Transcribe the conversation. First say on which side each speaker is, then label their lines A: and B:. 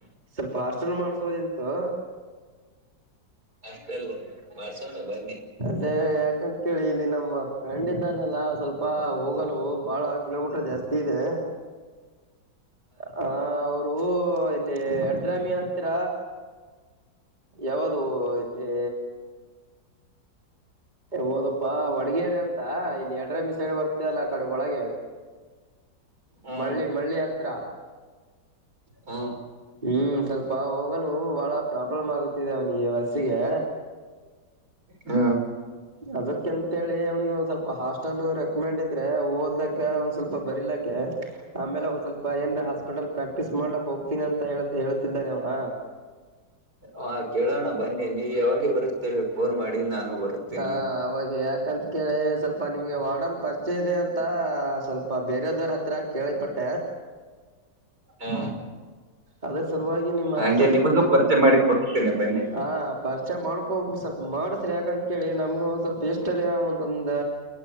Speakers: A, on the right (about 25°); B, on the right (about 55°).
A: ಸ್ವಲ್ಪ ಹಾರ್ಸ್ಟೆಲ್ ಮಾಡ್ಸೋದಿಂತ
B: ಅಷ್ಟ ಅಲ್ಲ ಮಾಡ್ಸೊಂಡ ಬನ್ನ
A: ಅದೆ ಅಂತ ಕೇಳಿ ಇಲ್ಲಿ ನಮ್ಮ ಫ್ರೆಂಡ್ ಇದ್ದಾನೆಲ್ಲ ಸ್ವಲ್ಪ ಹೋಗಲು ಬಾಳ ಕಿಲೋಮೀಟರ್ ಜಾಸ್ತಿ ಇದೆ ಹಾ ಅವದು ಅವರು ಇಲ್ಲಿ ಅಡ್ರಾಮಿ ಹತ್ರ ಯಾವ್ದ ಇಲ್ಲಿ ಹೋದಪ್ಪಾ ಒಡಗೇರೆ ಅಂತ ಇಲ್ಲಿ ಎಡ್ರಮ್ಮಿ ಸೈಡ್ ಬರ್ತ ಇ ಎಲ್ಲ ಕಡೆ ಒಳಗೆ
B: ಹಾ
A: ಮಳ್ಳಿ ಮಳ್ಳಿ ಹತ್ರ
B: ಹಾ
A: ಹ್ಮ್ ಸ್ವಲ್ಪ ಹೋಗೋನು ಬಹಳ ಪ್ರಾಬ್ಲಮ್ ಆಗುತ್ತಿದೆ ಅವನಿಗೆ ಬಸ್ಸಿಗೆ
B: ಹ್ಮ
A: ಅದಕಂತೇಳಿ ಅವನಿಗೆ ಒಂದ್ ಸ್ವಲ್ಪ ಹಾಸ್ಟೆಲ್ ರೆಕಮೆಂಡ್ ಇದ್ರೆ ಓದ್ಲಕ್ಕ ಒಂದ್ ಸ್ವಲ್ಪ ಬರಿಲಕ್ಕ ಆಮೇಲೆ ಒಂದ್ ಸ್ವಲ್ಪ ಏನ್ ಹಾಸ್ಪಿಟಲ್ ಪ್ರಾಕ್ಟೀಸ್ ಮಾಡ್ಲಕ್ ಹೋಗ್ತೀನಿ ಅಂತ ಹ ಹೇಳ್ತಿದ್ದಾನೆವ <inaudible>
B: ಹಾ ಕೇಳೋಣ ಬನ್ನಿ ನೀವು ಯಾವಾಗೆ ಬರುತ್ತೆ ಫೋನ್ ಮಾಡಿ ನಾನು ಬರುತ್ತೇನೆ
A: ಹಾ ಅವಾಗ ಯಾಕಂತ ಕೇಳಿ ಸ್ವಲ್ಪ ನಿಮ್ಗೆ ವಡೋನ್ ಪರಿಚಯ ಇದೆ ಅಂತ ಸ್ವಲ್ಪ ಪಪ್ಪಾ ಬೇರದವ್ರ ಹತ್ರ ಕೇಳಿಪಟ್ಟ
B: ಹ್ಮ
A: ಅದ್ರ ಸಲುವಾಗಿ ನಿಮ್ಮ್ ಹತ್ರ
B: ಹಂಗೆ ನಿಮಗೂ ಪರಿಚೆ ಮಾಡಿ ಕೊಡ್ತೇನೆ ಬನ್ನಿ
A: ಹಾ ಪರಿಚಯ ಮಾಡ್ಕೊ ಸ್ವಲ್ಪ ಮಾಡಸ್ರಿ ಯಾಕಂತ ಕೇಳಿ ನಮ್ಗ ಒಂದ್ ಸ್ವಲ್ಪ ಇಷ್ಟರ ಒಂದೊಂದ